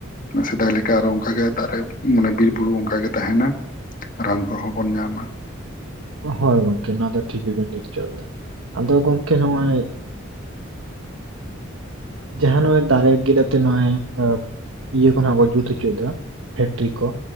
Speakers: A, on the left; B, on the right.
A: ᱥᱮᱫᱟᱭ ᱞᱮᱠᱟ ᱚᱱᱠᱟ ᱫᱟᱨᱮ ᱢᱟᱱᱮ ᱵᱤᱨᱵᱩᱨᱩ ᱚᱱᱠᱟ ᱜᱮ ᱛᱟᱦᱮᱱᱟ ᱾ ᱨᱟᱱ ᱠᱚᱦᱚᱸ ᱵᱚᱱ ᱧᱟᱢᱟ ᱾
B: ᱦᱳᱭ ᱜᱚᱝᱠᱮ ᱾ ᱱᱚᱣᱟ ᱫᱚ ᱴᱷᱤᱠ ᱜᱮᱵᱮᱱ ᱞᱟᱹᱭ ᱦᱚᱪᱚ ᱟᱠᱟᱫᱟ ᱾ ᱟᱫᱚ ᱜᱚᱝᱠᱮ ᱱᱚᱜᱼᱚᱭ, ᱡᱟᱦᱟᱸ ᱱᱟᱜ ᱫᱟᱨᱮ ᱜᱤᱨᱟᱹᱛᱮ ᱱᱚᱜᱼᱚᱭ, ᱤᱭᱟᱹ ᱠᱷᱚᱱᱟᱜ ᱠᱚ ᱡᱩᱛ ᱦᱚᱪᱚᱭᱮᱫ ᱫᱚ ᱯᱷᱮᱠᱴᱨᱤ ᱠᱚ